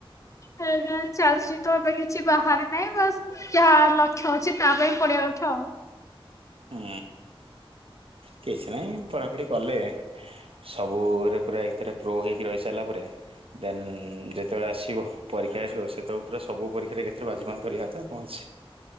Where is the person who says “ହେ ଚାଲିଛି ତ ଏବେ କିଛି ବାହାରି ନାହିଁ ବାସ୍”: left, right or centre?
Left